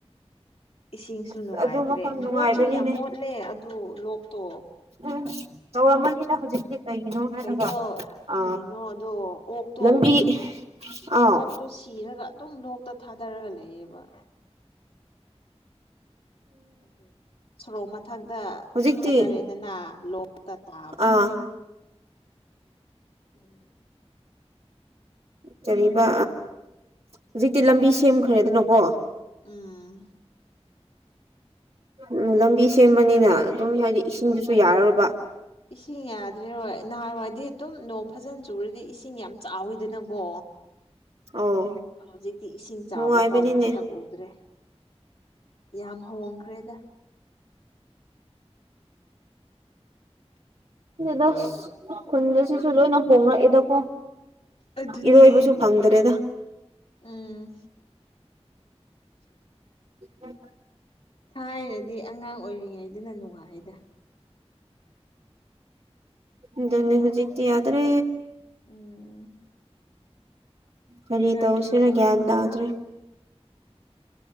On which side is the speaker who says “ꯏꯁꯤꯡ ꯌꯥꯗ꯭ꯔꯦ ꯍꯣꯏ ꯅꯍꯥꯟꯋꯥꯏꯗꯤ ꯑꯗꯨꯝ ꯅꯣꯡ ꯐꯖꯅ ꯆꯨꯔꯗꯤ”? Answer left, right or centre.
Left